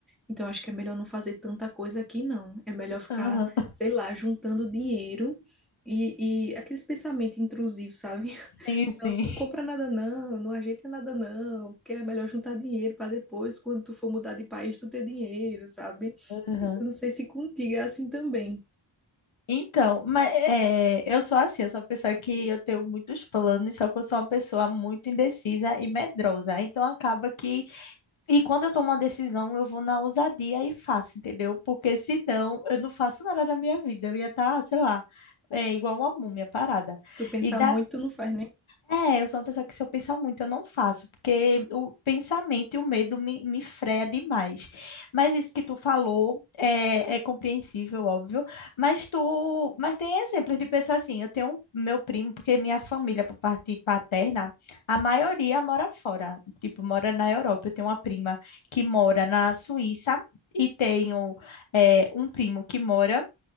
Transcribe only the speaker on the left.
Aham.
Sim, sim.
Aham.
Então, mas é, eu sou assim, eu sou uma pessoa que eu tenho muitos planos, só que eu sou uma pessoa muito indecisa e medrosa. Então acaba que. E quando eu tomo uma decisão, eu vou na ousadia e faço, entendeu? Porque senão eu não faço nada na minha vida. Eu ia estar, sei lá, é, igual uma múmia parada.
E
É, eu sou uma pessoa que se eu pensar muito, eu não faço, porque o pensamento e o medo me, me freia demais. Mas isso que tu falou é, é compreensível, óbvio. Mas tu, mas tem exemplos de pessoas assim. Eu tenho um, meu primo, porque minha família, por parte paterna, a maioria mora fora, tipo, mora na Europa. Eu tenho uma prima que mora na Suíça e tenho é, um primo que mora